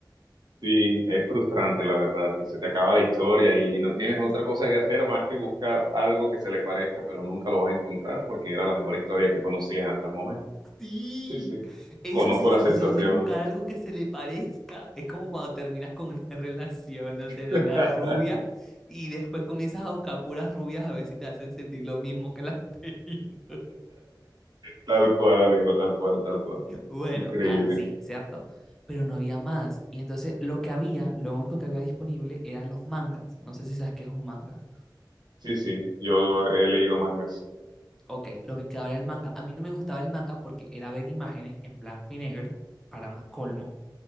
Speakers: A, on the right; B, in the centre.
A: Sí, es frustrante, la verdad, y se te acaba la historia y no tienes otra cosa que hacer más que buscar algo que se le parezca, pero nunca lo vas a encontrar porque era la mejor historia que conocías hasta el momento.
B: Sí,
A: Sí, sí,
B: esa
A: conozco
B: sensación
A: la sensación.
B: de buscar algo que se le parezca es como cuando terminas con una <laughs> relación, no sé,
A: <laughs>
B: de una rubia y después comienzas a buscar puras rubias a ver si te hacen sentir lo mismo que la anterior. <laughs>
A: Tal cual, amigo, tal cual, tal cual.
B: Bueno,
A: Increíble.
B: así, ¿cierto? Pero no había más. Y entonces lo que había, lo único que había disponible eran los mangas. No sé si sabes qué es un manga.
A: Sí, sí, yo he leído mangas, sí.
B: Ok, lo que quedaba era el manga. A mí no me gustaba el manga porque era ver imágenes en blanco y negro, para más colmo,